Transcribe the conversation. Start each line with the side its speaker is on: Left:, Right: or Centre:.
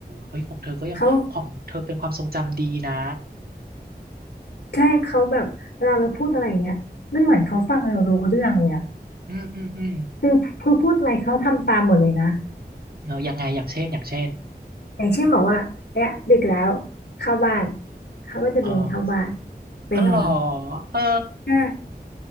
Right: เฮ้ยของเธอก็ยังของเธอเป็นความทรงจำดีนะ
Left: เขาใช่เขาแบบเวลาเราพูดอะไรอย่างเงี้ยมันเหมือนเขาฟังเรารู้เรื่องเลยอะ
Right: อืมอืมอืม
Left: คือคือพูดอะไรเขาทำตามหมดเลยนะ
Right: เออยังไงอย่างเช่นอย่างเช่น
Left: อย่างเช่นบอกว่าเนี่ยดึกแล้วเข้าบ้านเขาก็จะเดินเข้าบ้าน
Right: เออ
Left: ไปนอน
Right: อ๋อเหรอเออ
Left: ใช่